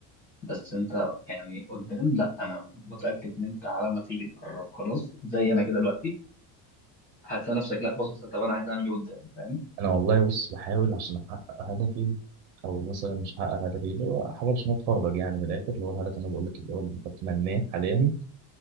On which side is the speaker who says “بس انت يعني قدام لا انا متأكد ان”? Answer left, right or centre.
Left